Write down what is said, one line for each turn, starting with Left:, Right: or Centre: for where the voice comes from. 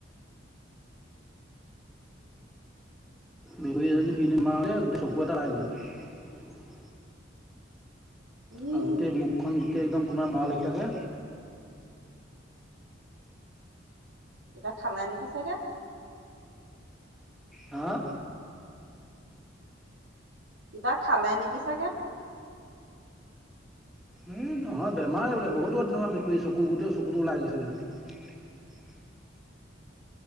Centre: মেকুৰী এজনী কিনো বেমাৰ হৈছে গোটে চকু এটা এৰাই গল
Right: উম,
Centre: আৰু গোটেই মুখখন গোটেই একদম কোনোবাই মৰা লেখিয়াকে
Right: কিবা খালে নেকি চাগে?
Centre: হা
Right: কিবা খালে নেকি চাগে
Centre: এই নহয় বেমাৰে বোলে বহুতো তেনেকুৱা মেকুৰী চকু গোটেও চকুতটো ওলাই গৈছে বোলে